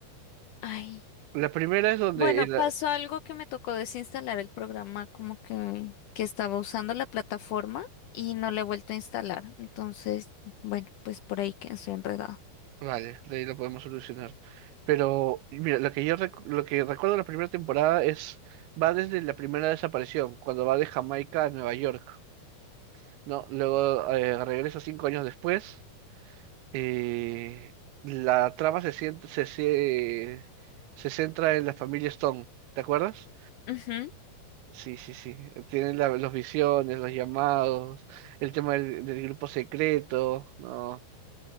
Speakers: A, on the left; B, on the right.
A: ay,
B: la primera es donde
A: bueno,
B: el,
A: pasó algo que me tocó desinstalar el programa, como que, que estaba usando la plataforma y no le he vuelto a instalar. Entonces, bueno, pues por ahí que estoy enredado.
B: Vale, de ahí lo podemos solucionar. Pero y mira, lo que yo recu- lo que recuerdo de la primera temporada es va desde la primera desaparición, cuando va de Jamaica a Nueva York, ¿no? Luego eh, regresa cinco años después. eh, la trama se, sient- se, se se centra en la familia Stone, ¿te acuerdas?
A: Ujú.
B: Sí, sí, sí. Tienen la- los visiones, los llamados, el tema del, del grupo secreto, ¿no?